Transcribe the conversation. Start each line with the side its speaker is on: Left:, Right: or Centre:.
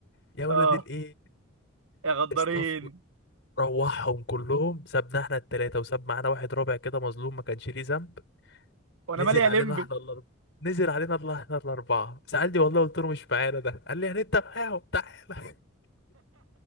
Left: يا ولاد
Right: اه
Left: الايه
Right: يا غدارين
Left: استاف روحهم كلهم سابنا احنا التلاته وساب معانا واحد رابع كده مظلوم ما كانش ليه ذنب
Right: وانا
Left: نزل
Right: مالي يا
Left: علينا
Right: لمبي
Left: احنا الاربعه نزل علينا الله احنا الاربعه سالني والله قلت له مش معانا ده قال لي يعني انت معاهم تعالى